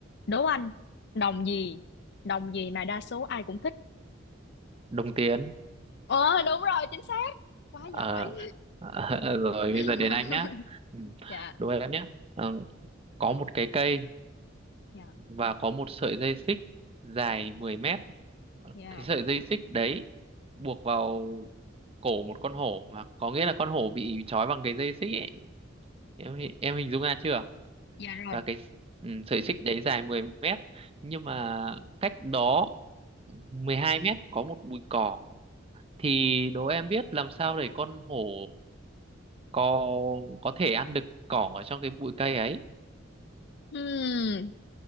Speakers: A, on the left; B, on the right.
A: đố anh đồng gì? Đồng gì mà đa số ai cũng thích?
B: Đồng tiền.
A: Ờ đúng rồi, chính xác. Quá
B: Ờ,
A: giỏi.
B: <laughs> rồi
A: <laughs>
B: bây giờ đến anh nhá. Ừ,
A: dạ
B: Đố em nhá. Ờ, có một cái cây
A: dạ
B: và có một sợi dây xích dài 10 mét.
A: dạ
B: Cái sợi dây xích đấy buộc vào cổ một con hổ và có nghĩa là con hổ bị trói bằng cái dây xích ấy. Em em hình dung ra chưa?
A: dạ rồi
B: Và cái ừ, sợi xích đấy dài mười mét nhưng mà cách đó 12 mét có một bụi cỏ thì đố em biết làm sao để con hổ có có thể ăn được cỏ ở trong cái bụi cây ấy
A: Hmm,